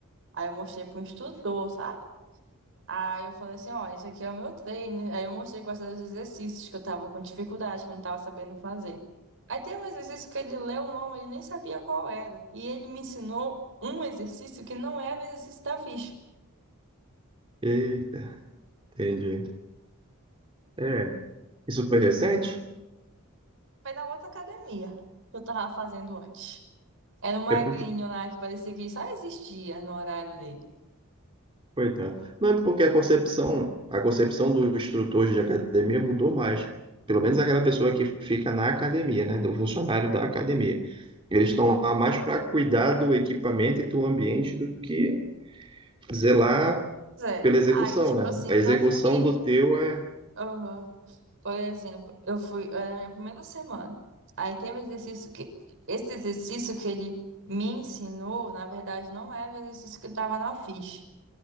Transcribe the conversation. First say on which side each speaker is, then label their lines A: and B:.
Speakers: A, on the right; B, on the right.
A: Aí eu mostrei pro instrutor, sabe? Aí eu falei assim, ó, esse aqui é o meu treino. Aí eu mostrei quais eram os exercícios que eu tava com dificuldade, que eu não tava sabendo fazer. Aí tem um exercício que ele leu o nome, ele nem sabia qual era. E ele me ensinou um exercício que não era o exercício da ficha.
B: Eita, entendi. É, Isso foi recente?
A: Foi na outra academia que eu tava fazendo antes. Era um magrinho
B: É porque.
A: lá que parecia que só existia no horário dele.
B: Coitado. Não, é porque a concepção, a concepção do instrutor de academia mudou mais. Pelo menos aquela pessoa que fica na academia, né? Do funcionário da academia. Eles estão lá mais para cuidar do equipamento e do ambiente do que zelar
A: Pois É.
B: pela execução,
A: Aí, tipo
B: né?
A: assim,
B: A execução
A: tanto que.
B: do teu é.
A: Aham. Por exemplo, eu fui, era a minha primeira semana. Aí teve um exercício que, esse exercício que ele me ensinou, na verdade, não era o exercício que estava na ficha.